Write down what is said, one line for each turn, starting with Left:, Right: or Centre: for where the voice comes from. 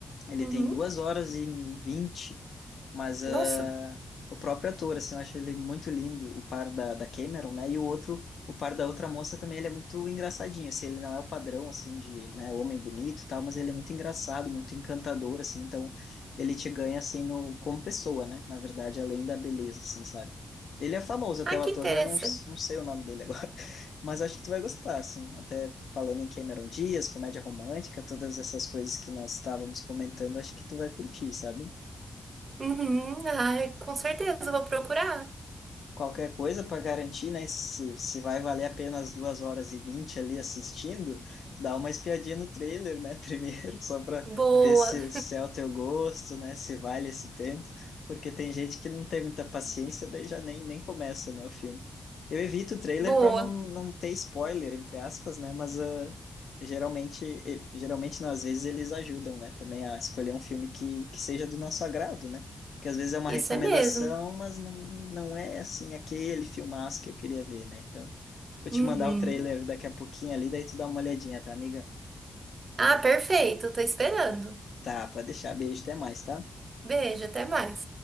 Left: Ele
Right: Uhum.
Left: tem duas horas e vinte, mas ah,
Right: Nossa,
Left: o próprio ator, assim, eu acho ele muito lindo, o par da, da Cameron, né? E o outro, o par da outra moça também, ele é muito engraçadinho, assim, ele não é o padrão, assim, de, né, homem bonito e tal, mas ele é muito engraçado, muito encantador, assim, então ele te ganha, assim, no, como pessoa, né? Na verdade, além da beleza, assim, sabe? Ele é famoso até
Right: ah,
Left: o
Right: que
Left: ator,
Right: interessante.
Left: mas não, s- não sei o nome dele agora. Mas acho que tu vai gostar, assim. Até falando em Cameron Dias, comédia romântica, todas essas coisas que nós estávamos comentando, acho que tu vai curtir, sabe?
Right: Uhum. Ai, com certeza eu vou procurar.
Left: qualquer coisa para garantir, né? Se, se vai valer apenas duas horas e vinte ali assistindo, dá uma espiadinha no trailer, né? <laughs> Primeiro, só para
Right: Boa,
Left: ver se, se é o teu gosto, né? Se vale esse tempo, porque tem gente que não tem muita paciência, daí já nem, nem começa, né, o filme. Eu evito o trailer
Right: <laughs> boa,
Left: para não, não ter spoiler, entre aspas, né? Mas ah, geralmente, e- geralmente não, às vezes eles ajudam, né? Também a escolher um filme que, que seja do nosso agrado, né? que às vezes é uma
Right: isso
Left: recomendação,
Right: é mesmo.
Left: mas não, não é assim aquele filmaço que eu queria ver, né? Então, vou te
Right: Uhum.
Left: mandar o trailer daqui a pouquinho ali, daí tu dá uma olhadinha, tá, amiga?
Right: Ah, perfeito, tô esperando.
Left: Tá, pode deixar. Beijo, até mais, tá?
Right: Beijo, até mais.